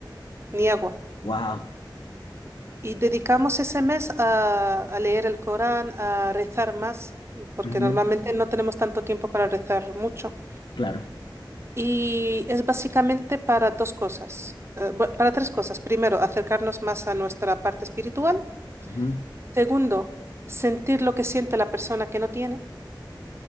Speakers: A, on the right; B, on the left.
A: ni agua.
B: Wow.
A: Y dedicamos ese mes a, a leer el Corán, a rezar más, porque
B: Ujú,
A: normalmente no tenemos tanto tiempo para rezar mucho.
B: Claro.
A: Y es básicamente para dos cosas, eh, bu- para tres cosas. Primero, acercarnos más a nuestra parte espiritual.
B: Ujú,
A: Segundo, sentir lo que siente la persona que no tiene.